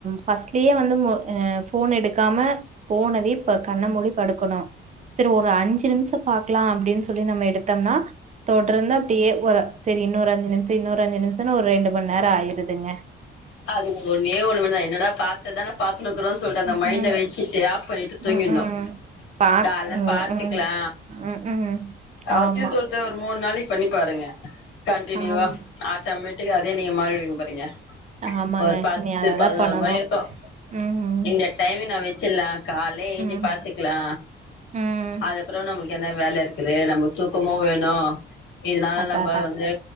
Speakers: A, on the right; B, on the left.
A: ஃபஸ்ட்லயே வந்து மோ அ ஃபோன எடுக்காம போனதே இப்ப கண்ண மூடி படுக்கணு செரி ஒரு அஞ்சு நிமிஷோ பாக்கலா அப்டின் சொல்லி நம்ம எடுத்தம்னா தொடர்ந்து அப்டியே ஒரு சரி இன்னோரு அஞ்சு நிமிஷம் இன்னோரு அஞ்சு நிமிஷம்னு ஒரு ரெண்டு மண் நேரோ ஆயீருதுங்க
B: அதுக்கு ஒண்ணே ஒண்ணு மட்டுந்தா என்னடா பாத்ததான பாத்துனுகுறோ சொல்ட்டு அந்த
A: ம்,
B: மைண்ட
A: ம்,
B: வச்சுட்டு ஆஃப் பண்ணிட்டு தூங்கிற்னு
A: ம். ம். பாக்
B: காலேல
A: ம்,
B: பாத்துக்கலா
A: ம், ம், ம்.
B: அப்டி
A: ஆமா,
B: சொல்ட்டு ஒரு மூணு நாளைக் பண்ணி பாருங்க கண்டினியூவா
A: ஆம்
B: ஆட்டமேடிக்க அதே நீங்க மாறிவிடுங்க பாருங்க
A: ஆமாங்க.
B: ஒரு பத்து
A: இனி அததான்
B: பதனோர்
A: பண்ணணும்.
B: மணி இருக்கு
A: ம்,
B: இந்த டைம் நா வச்சில்லா காலேல ஏஞ்சி
A: ம்,
B: பாத்துக்கலா
A: ம்.
B: அத அப்பறோ நம்மளுக்கு என்ன வேல இருக்குது நம்ம தூக்கமு வேணு இதுனால
A: அதான்
B: நம்ப
A: அதான்.
B: வந்து